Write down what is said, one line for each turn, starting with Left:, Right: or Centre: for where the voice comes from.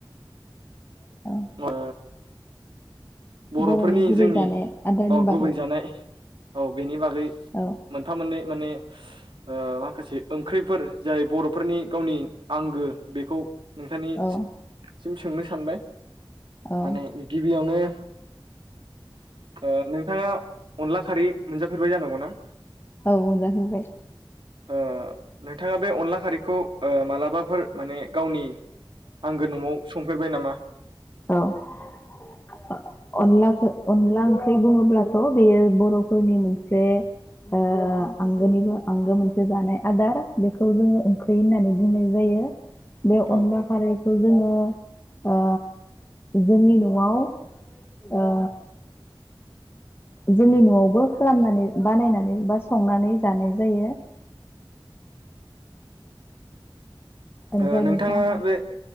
Left: अह
Right: ओ बर'फोरनि
Left: बर'नि गुबै
Right: जोंनि
Left: जानाय आदारनि
Right: बा
Left: बागै
Right: गुबै जानाय औ बेनि बागै
Left: औ
Right: मोनफा मोननै माने ओ माखासे ओंख्रिफोर जाय बर'फोरनि गावनि आंगो बेखौ नोंथांनिसिम
Left: औ
Right: सोंनो सानबाय
Left: औ
Right: माने गिबियावनो ओ नोंथाङा अनला खारै मोनजाफेरबाय जानांगौ ना
Left: औ मोनजाफेरबाय
Right: अ नोंथां थाङा बे अनला खारिखौ ओ मालाबाफोर माने गावनि आंगो न'आव संफेरबाय नामा?
Left: औ। <unintelligible> अनलाखो अनला ओंख्रि बुङोब्लाथ' बेयो बर'फोरनि मोनसे ओ आंगोनिबो आंगो मोनसे जानाय आदार बेखौ जोङो ओंख्रि होननानै बुंनाय जायो। बे
Right: औ
Left: अनला
Right: औ
Left: खारैखौ जोङो ओ जोंनि न'आव ओ जोंनि न'आवबो खालामनानै बानायनानै बा संनानै जानाय जायो। ओमफ्राय
Right: ओ नोंथाङा
Left: मा
Right: बे